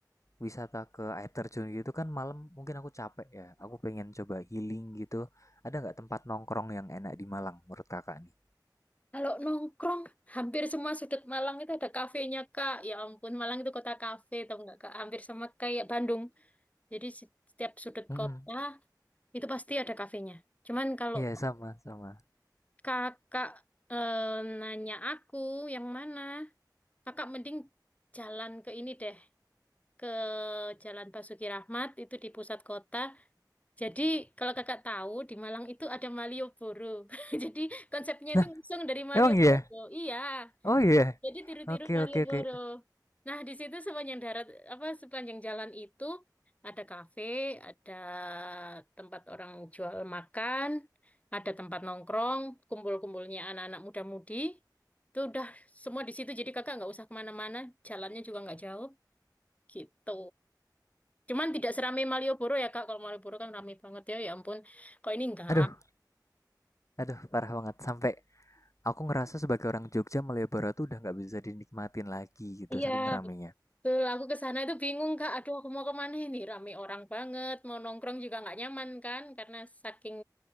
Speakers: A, on the left; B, on the left.
A: wisata ke air terjun gitu kan malam mungkin aku capek ya, aku pengen coba healing gitu, ada nggak tempat nongkrong yang enak di Malang menurut Kakak nih?
B: Kalau nongkrong, hampir semua sudut Malang itu ada kafenya kak. Ya ampun, Malang itu kota kafe, tau nggak kak? Hampir sama kayak Bandung. Jadi se- setiap sudut
A: Hmm,
B: kota itu pasti ada kafenya. Cuman kalau
A: iya sama sama.
B: Kakak eh, nanya aku yang mana? Kakak mending jalan ke ini deh, ke Jalan Basuki Rahmat itu di pusat kota. Jadi kalau kakak tahu di Malang itu ada Malioboro. <laughs> Jadi konsepnya itu
A: Nah,
B: langsung dari Malioboro.
A: emang iya?
B: Iya.
A: Oh iya?
B: Jadi tiru-tiru
A: Oke
B: Malioboro.
A: oke oke.
B: Nah, di situ sepanjang darat apa sepanjang jalan itu ada kafe, ada tempat orang jual makan, ada tempat nongkrong, kumpul-kumpulnya anak-anak muda-mudi. Itu udah semua di situ. Jadi kakak nggak usah kemana-mana, jalannya juga nggak jauh gitu. Cuman tidak seramai Malioboro ya kak. Kalau Malioboro kan ramai banget ya. Ya ampun, kok ini enggak?
A: Aduh aduh parah banget sampai aku ngerasa sebagai orang Jogja Malioboro tuh udah nggak bisa dinikmatin lagi gitu
B: Iya.
A: saking ramenya.
B: Betul, aku ke sana itu bingung Kak. Aduh, aku mau kemana ini? Rame orang banget, mau nongkrong juga nggak nyaman kan? Karena saking